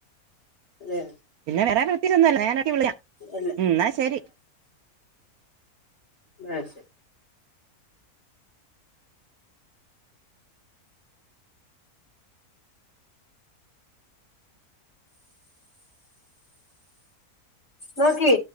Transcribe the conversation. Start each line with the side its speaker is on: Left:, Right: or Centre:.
Left: അല്ലെ
Right: പിന്നെ വേറെ <unintelligible> ഇല്ല ഞാനെടക്കെ വിളിക്കാം
Left: അല്ല
Right: ഉം എന്ന ശരി
Left: അ ശരി നോക്കി